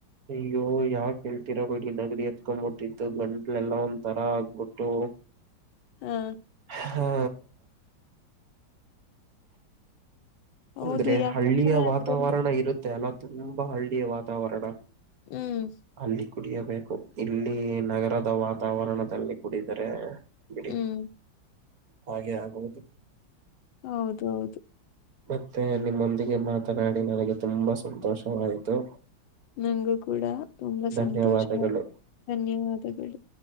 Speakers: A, on the right; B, on the left.
A: ಅಯ್ಯೋ ಯಾ ಕೇಳ್ತಿರ ಬಿಡಿ ನಗಡಿ ಎತ್ಕೊಬಿಟ್ಟಿತ್ತು ಗಂಟ್ಲೆಲ್ಲಾ ಒಂದ ತರಾ ಆಗ್ಬಿಟ್ಟು
B: ಹಾ
A: ಹಾ
B: ಹೌದು
A: ಅಂದ್ರೆ
B: ಯಾಕಂದ್ರೆ
A: ಹಳ್ಳಿಯ ವಾತಾವರಣ
B: ಅದ್ರಲ್ಲಿ
A: ಇರುತ್ತೆ ಅಲ್ಲ ತುಂಬಾ ಹಳ್ಳಿಯ ವಾತಾವರಣ.
B: ಹ್ಮ್
A: ಅಲ್ಲಿ ಕುಡಿಯಬೇಕು ಇಲ್ಲಿ ನಗರದ ವಾತಾವರಣದಲ್ಲಿ ಕುಡಿದರೆ ಬಿಡಿ
B: ಹ್ಮ್
A: ಹಾಗೆ ಆಗುವುದು
B: ಹೌದ ಹೌದು
A: ಮತ್ತೆ ನಿಮ್ಮೊಂದಿಗೆ ಮಾತನಾಡಿ ನನಗೆ ತುಂಬಾ ಸಂತೋಷವಾಯ್ತು.
B: ನನ್ಗೂ ಕೂಡ ತುಂಬಾ
A: ಧನ್ಯವಾದಗಳು
B: ಸಂತೋಷ ಧನ್ಯವಾದಗಳು